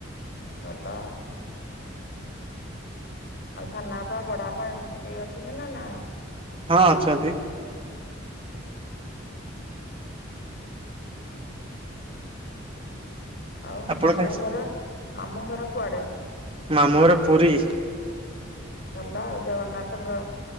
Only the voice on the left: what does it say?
ଭଲ ଆଉ। ଆଉ ସାନା ବାପା ବଡବାପା ଏମିତି କେହି ଅଛନ୍ତି ନା ନାହାନ୍ତି।
<inaudible> <inaudible> ଆଉ
ମାମୁଁ
ଘର ମାମୁଁ ଘର କୁଆଡେ?
ଭଲ ଆଉ ଜଗନ୍ନାଥଙ୍କ